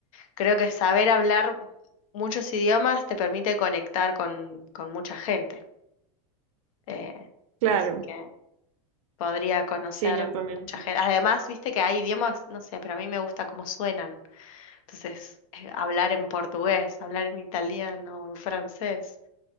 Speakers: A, on the left; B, on the right.
A: creo que saber hablar muchos idiomas te permite conectar con, con mucha gente. Eh,
B: Claro,
A: así que podría conocer
B: sí, yo también,
A: mucha
B: sí.
A: gente. Además, viste que hay idiomas, no sé, pero a mí me gusta cómo suenan. Entonces, eh, hablar en portugués, hablar en italiano o en francés,